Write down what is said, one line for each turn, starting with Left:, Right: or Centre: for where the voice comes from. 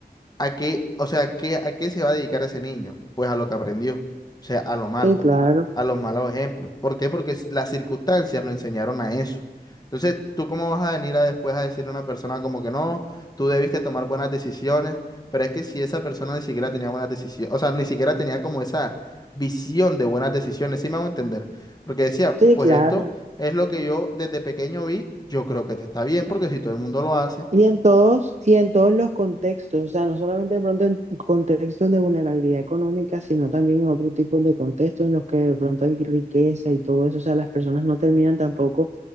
Left: ¿A qué, o sea, qué, a qué se va a dedicar ese niño? Pues a lo que aprendió, o sea, a lo malo,
Right: sí, claro,
Left: a los malos ejemplos. ¿Por qué? Porque s- las circunstancias lo enseñaron a eso. Entonces, ¿tú cómo vas a venir a después a decirle a una persona como que no, tú debiste tomar buenas decisiones? Pero es que si esa persona ni siquiera tenía buenas decisiones, o sea, ni siquiera tenía como esa visión de buenas decisiones, ¿sí me hago entender? Porque decía,
Right: sí,
Left: pues
Right: claro.
Left: esto es lo que yo desde pequeño vi, yo creo que te está bien, porque si todo el mundo lo hace,
Right: Y en todos, y en todos los contextos, o sea, no solamente de pronto en contextos de vulnerabilidad económica, sino también en otro tipo de contextos en los que de pronto hay riqueza y todo eso, o sea, las personas no terminan tampoco